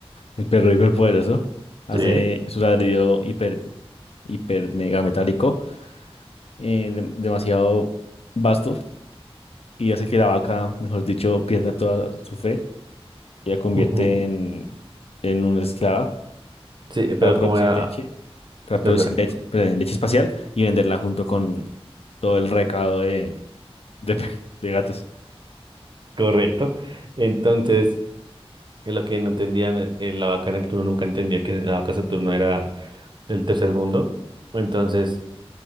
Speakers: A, on the left; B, on the right.
A: el perro hiperpoderoso, hace
B: sí,
A: su ladrido hiper, hiper mega metálico, eh, dem- demasiado vasto, y hace que la vaca, mejor dicho, pierda toda su fe y la convierte
B: ujú,
A: en, en una esclava
B: sí,
A: para
B: pero
A: producir
B: como era,
A: leche, para
B: espera,
A: producir
B: espera,
A: leche, perdón, leche espacial y venderla junto con todo el recado de, de, <laughs> pe- de gatos.
B: correcto. Entonces, eh, lo que no entendían, eh, eh, la vaca Neptuno nunca entendía que la vaca Saturno era del tercer mundo. Entonces,